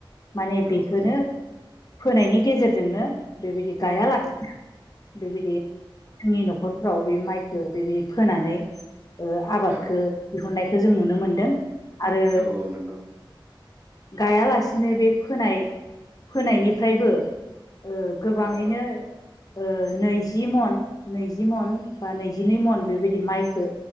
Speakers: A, on the left; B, on the right.
A: माने
B: औ
A: बेखौनो
B: औ
A: फोनायनि गेजेरजोंनो बेबायदि गायालासिनो बेबायदि जोंनि न'खर फ्राव बे माइखौ बेबायदि फोनानै आबादखौ
B: औ
A: दिहुननायखौ जों नुनो मोनदों। आरो
B: औ औ नंगौ।
A: गायालासिनो बे फोनाय फोनायनिफ्रायबो ओ गोबाङैनो
B: औ औ
A: ओ नैजि मन नैजि मन बा नैजिनै मन बेबायदि माइखौ